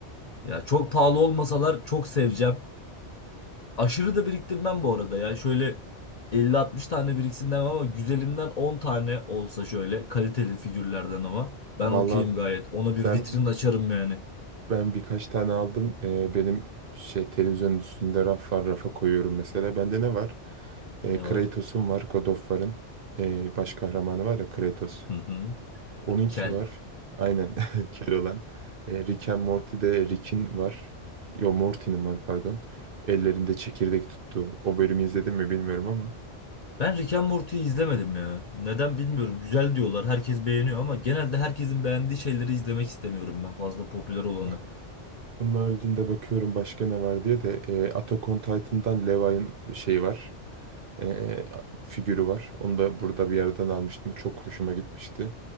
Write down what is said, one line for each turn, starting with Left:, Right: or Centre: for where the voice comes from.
Left: Ya çok pahalı olmasalar çok seveceğim. Aşırı da biriktirmem bu arada ya. Şöyle 50-60 tane biriksin demem ama güzelinden 10 tane olsa şöyle kaliteli figürlerden ama ben
Right: Valla
Left: okeyim gayet. Ona bir
Right: ben
Left: vitrin açarım yani.
Right: Ben birkaç tane aldım. Ee, benim şey televizyonun üstünde raf var. Rafa koyuyorum mesela. Bende ne var? Ee,
Left: Ne
Right: Kratos'um
Left: var?
Right: var. God of War'ın ee, baş kahramanı var ya Kratos.
Left: Hı hı.
Right: Onunki
Left: Kel.
Right: var. Aynen. <laughs> Keloğlan. Ee, Rick and Morty'de Rick'in var. Yo Morty'nin var pardon. Ellerinde çekirdek tuttu. O bölümü izledim mi bilmiyorum ama.
Left: Ben Rick and Morty'yi izlemedim ya. Neden bilmiyorum. Güzel diyorlar. Herkes beğeniyor ama genelde herkesin beğendiği şeyleri izlemek istemiyorum ben. Fazla popüler olanı.
Right: Aa. Onun haricinde bakıyorum başka ne var diye de ee, Attack on Titan'dan Levi'ın şeyi var. e, figürü var. Onu da burada bir yerden almıştım. Çok hoşuma gitmişti.